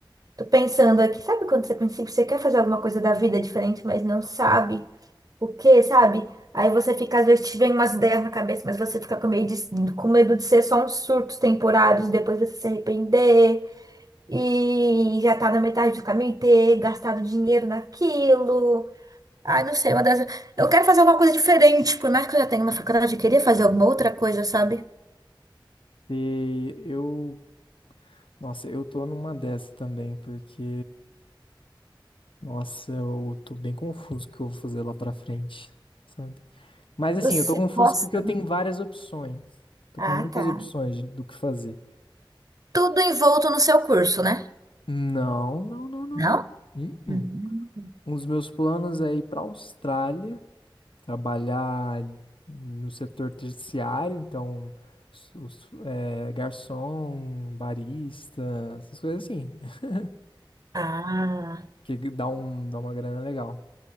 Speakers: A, on the right (about 45°); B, on the left (about 80°).
A: tô pensando aqui. Sabe quando você pensa que você quer fazer alguma coisa da vida diferente, mas não sabe? o quê, sabe? Aí você fica, às vezes te vem umas ideias na cabeça, mas você fica com medo de, com medo de ser só uns surtos temporários, depois você se arrepender e já tá na metade do caminho e ter gastado dinheiro naquilo. Ai, não sei, uma das... Eu quero fazer alguma coisa diferente, por mais que eu já tenha uma faculdade, eu queria fazer alguma outra coisa, sabe?
B: E eu, nossa, eu tô numa dessa também, porque, nossa, eu tô bem confuso o que eu vou fazer lá pra frente, sabe? Mas
A: Você
B: assim, eu tô confuso
A: gosta?
B: porque eu
A: do-
B: tenho várias opções. Tô
A: Ah,
B: com muitas
A: tá.
B: opções de- do que fazer.
A: Tudo envolto no seu curso, né?
B: Não, não, não, não,
A: Não?
B: não. Uh-uh.
A: Hum.
B: Um dos meus planos é ir para a Austrália, trabalhar no setor terciário, então os- os, é, garçom, barista, essas coisas assim, <laughs>
A: Ah,
B: que dá um, dá uma grana legal.